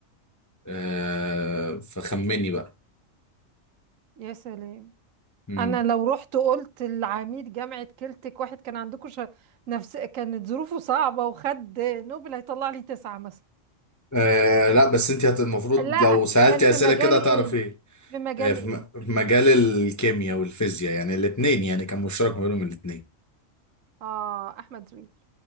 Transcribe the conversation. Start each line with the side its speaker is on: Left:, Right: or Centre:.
Left: آه فخمني بقى
Right: يا سلام
Left: مم.
Right: انا لو رحت قلت لعميد جامعة كلتك واحد كان عندكم ش... نفس كانت ظروفه صعبة وخد نوبل هيطلع لي تسعة مثلا
Left: آه لا بس أنت هت- المفروض
Right: لا
Left: لو سألتي
Right: كان في
Left: أسئلة
Right: مجال
Left: كده هتعرف
Right: ايه
Left: إيه
Right: في مجال
Left: آه في
Right: ايه
Left: م- في مجال الكيمياء والفيزياء يعني الاتنين يعني كان مشترك ما بينهم الاتنين
Right: اه احمد زويل